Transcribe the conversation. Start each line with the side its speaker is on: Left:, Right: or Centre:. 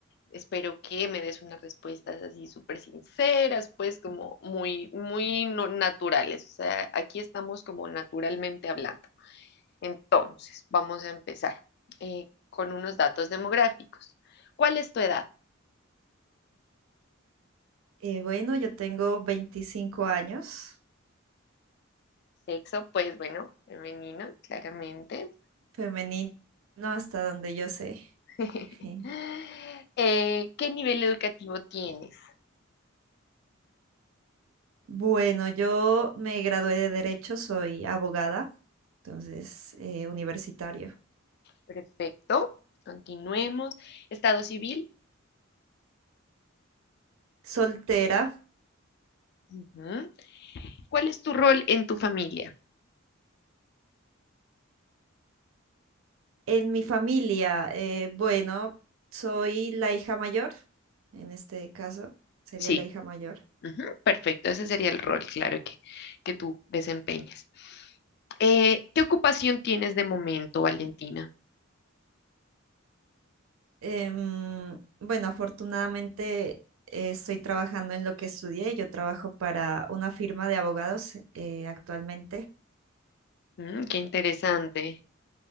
Left: espero que me des unas respuestas así súper sinceras, pues como muy, muy no- naturales. O sea, aquí estamos como naturalmente hablando. Entonces, vamos a empezar eh, con unos datos demográficos. ¿Cuál es tu edad?
Right: Eh, bueno, yo tengo 25 años,
Left: Sexo, pues bueno, femenino, claramente.
Right: femenino hasta donde yo sé.
Left: <laughs>
Right: <laughs>
Left: Eh, ¿qué nivel educativo tienes?
Right: Bueno, yo me gradué de Derecho, soy abogada, entonces eh, universitario.
Left: Perfecto. Continuemos. Estado civil.
Right: Soltera.
Left: Ujú. ¿Cuál es tu rol en tu familia?
Right: En mi familia, eh, bueno, soy la hija mayor, en este caso, sería
Left: Sí.
Right: la hija mayor.
Left: Ujú, Perfecto. Ese sería el rol, claro, que, que tú desempeñas. Eh, ¿qué ocupación tienes de momento, Valentina?
Right: Em, bueno, afortunadamente eh, estoy trabajando en lo que estudié. Yo trabajo para una firma de abogados eh, actualmente.
Left: Mm, qué interesante.